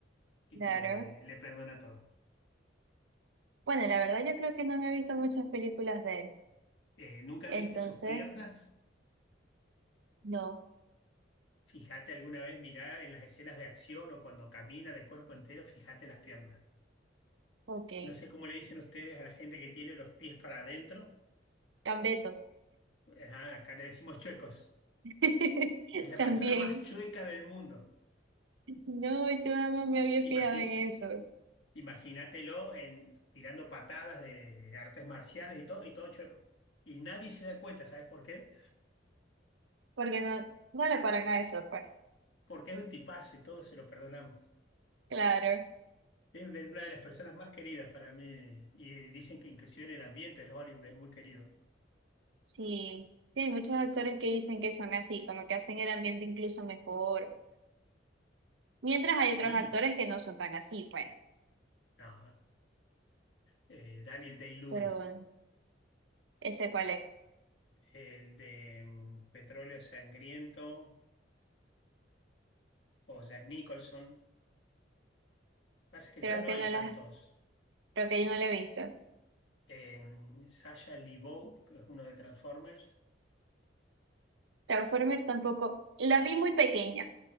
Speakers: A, on the left (about 70°); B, on the right (about 75°).
A: y
B: Claro.
A: que le perdona todo.
B: Bueno, la verdad yo creo que no me he visto muchas películas de él.
A: Eh, ¿nunca
B: Entonces,
A: viste sus piernas?
B: no.
A: Fíjate alguna vez, mirá en las escenas de acción o cuando camina de cuerpo entero, fíjate las piernas.
B: Ok.
A: No sé cómo le dicen ustedes a la gente que tiene los pies para adentro.
B: Cambeto.
A: Ajá, acá le decimos chuecos.
B: <laughs>
A: Es la
B: También.
A: persona más chueca del mundo.
B: No, yo jamás me había
A: Imagi-
B: fijado en eso.
A: Imagínatelo en, tirando patadas de artes marciales y todo, y todo chueco. Y nadie se da cuenta, ¿sabes por qué?
B: Porque no, no le paran a eso, pues.
A: Porque es un tipazo y todos se lo perdonamos.
B: Claro,
A: Es de- una de las personas más queridas para mí. Y dicen que inclusive en el ambiente de Hollywood es muy querido.
B: sí. Sí, hay muchos actores que dicen que son así, como que hacen el ambiente incluso mejor. Mientras hay
A: Sí,
B: otros actores que no son tan así, pues.
A: no. eh, Daniel Day-Lewis,
B: Pero bueno, ese cuál es.
A: el de mm, Petróleo Sangriento o Jack Nicholson. Pasa que
B: Creo
A: ya no
B: que
A: hay
B: no la,
A: tantos.
B: creo que yo no la he visto.
A: Sasha Sasha Lebeau, que es uno de Transformers.
B: Transformers tampoco. La vi muy pequeña,